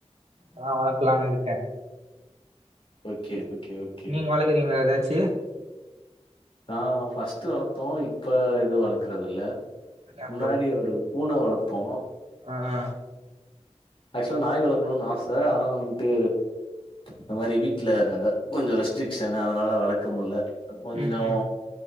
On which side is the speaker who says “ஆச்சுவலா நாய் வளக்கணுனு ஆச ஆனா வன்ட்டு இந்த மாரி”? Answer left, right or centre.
Left